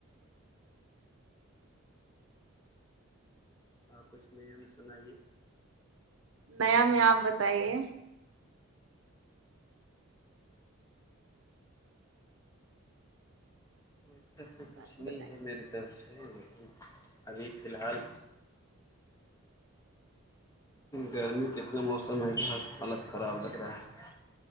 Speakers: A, on the left; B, on the right.
A: اور کچھ نہیں ہمیں سنائیے
B: نیا میں آپ بتائیے
A: تو اس سب تو
B: بات
A: کچھ نہیں
B: بتائیں
A: ہے
B: گے
A: میری طرف سے لیکن ابھی فی الحال گرمی کا اتنا موسم ہے کہ ہ حالت خراب لگ رہا ہے